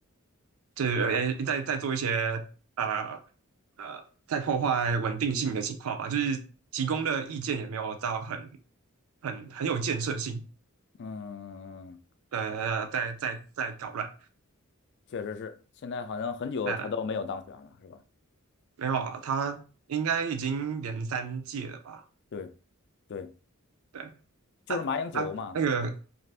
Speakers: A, on the right; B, on the left.
A: 就是呃在在做一些呃呃在破坏稳定性的情况吧。就是提供的意见也没有到很很很有建设性，
B: 嗯。
A: 呃，在在在搞乱。
B: 确实是，现在好像很久他都没有当选了，
A: 那
B: 是吧？
A: 没有啊，他应该已经连三届了吧？
B: 对对，
A: 对
B: 就是马英九嘛。
A: 啊啊，那个